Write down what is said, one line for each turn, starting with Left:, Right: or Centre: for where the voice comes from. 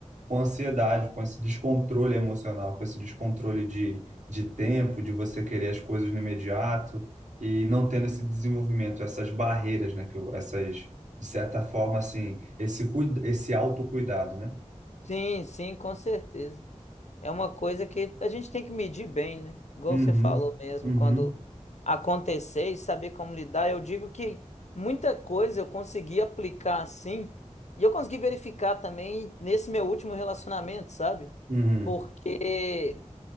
Right: com a ansiedade, com esse descontrole emocional, com esse descontrole de, de tempo, de você querer as coisas no imediato e não tendo esse desenvolvimento, essas barreiras, né? Que eu- essas, de certa forma, assim, esse, cuida- esse autocuidado, né?
Left: Sim, sim, com certeza. É uma coisa que a gente tem que medir bem, né? Igual
Right: Uhum,
Left: você falou mesmo,
Right: uhum,
Left: quando acontecer e saber como lidar, eu digo que muita coisa eu consegui aplicar assim, e eu consegui verificar também nesse meu último relacionamento, sabe?
Right: uhum,
Left: Porque